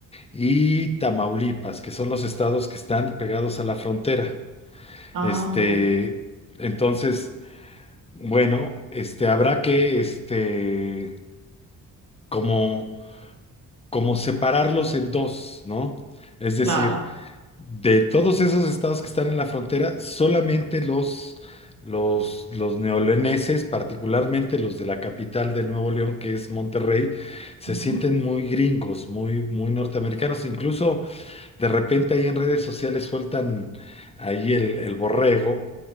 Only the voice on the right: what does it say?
Ah,
mira,
claro.
Ujú,